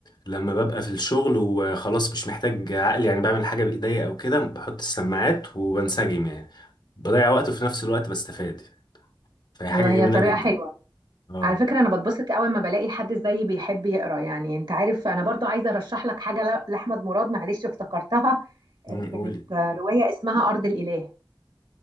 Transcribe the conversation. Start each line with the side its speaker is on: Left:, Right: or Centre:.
Left: لما ببقى في الشغل وخلاص مش محتاج عقل يعني بعمل حاجة بايديا او كده بحط السماعات وبنسجم يعني بضيع وقت وفي نفس الوقت بستفاد فهي
Right: ايوه
Left: حاجة جميلة
Right: هي طريقة
Left: جدا
Right: حلوة
Left: اه
Right: على فكرة أنا بتبسط قوي لما بلاقي حد زيي بيحب يقرأ يعني أنت عارف أنا برضو عايزة أرشح لك حاجة ل- لأحمد مراد معلش افتكرتها آه،
Left: أمم، قولي
Right: كانت آه، رواية اسمها أرض الإله